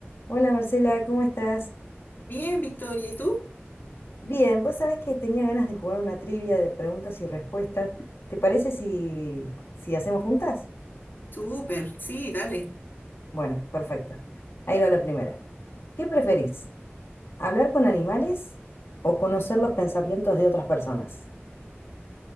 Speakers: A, on the left (about 70°); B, on the left (about 50°).
A: Hola Marcela, ¿cómo estás?
B: Bien, Victoria, ¿y tú?
A: Bien, vos sabés que tenía ganas de jugar una trivia de preguntas y respuestas. ¿Te parece si, si hacemos juntas?
B: Súper, sí, dale.
A: Bueno, perfecto. Ahí va la primera. ¿Qué preferís? ¿Hablar con animales o conocer los pensamientos de otras personas?